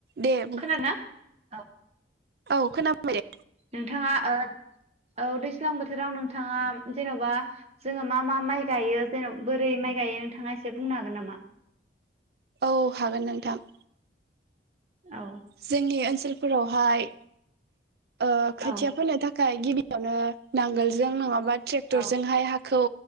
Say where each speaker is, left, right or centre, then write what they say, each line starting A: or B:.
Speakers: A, on the right (about 55°); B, on the right (about 35°).
A: दे बुं
B: खोनादोंना औ।
A: औ खोनाबाय दे।
B: नोंथाङा ओ औ दैज्लां बोथोराव नोंथाङा जेन'बा जोङो मा मा माइ गायो ज बोरै माइ गायो नोंथाङा एसे बुंनो हागोन नामा।
A: औ हागोन नोंथां।
B: औ
A: जोंनि ओन। ओनसोलफोरावहाय। ओ
B: औ
A: खोथिया फोनो थाखाय। नाथाय गिबियावनो नांगोलजों नङाबा। ट्रेक्टरजोंहाय
B: औ
A: हाखौ।